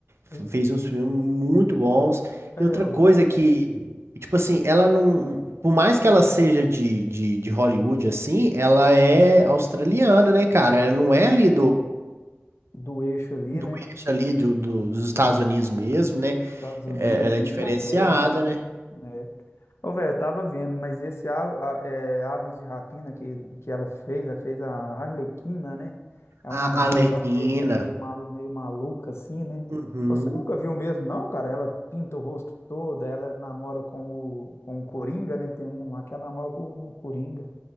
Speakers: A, on the right; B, on the left.
A: F-
B: É,
A: Fez uns filmes muito bons.
B: é,
A: E outra
B: o-
A: coisa que, tipo assim, ela não, por mais que ela seja de, de, de Hollywood, assim, ela é australiana, né, cara? Ela não é ali
B: do eixo ali,
A: do
B: né?
A: eixo ali do, do- dos Estados Unidos mesmo, né?
B: Estados
A: É,
B: Unidos,
A: ela é
B: Inglaterra,
A: diferenciada,
B: né?
A: né?
B: É. Ô, velho, eu tava vendo, mas esse a, a- é, Aves de Rapina que, que ela fez, ela fez a Arlequina, né? É
A: A
B: uma vilã
A: Arlequina.
B: meio, meio, malu, meio maluca, assim, né?
A: Uhum.
B: Você nunca viu mesmo, não, cara? Ela pinta o rosto todo, ela namora com o, com o Coringa, né? Tem um lá que ela namora com o Coringa.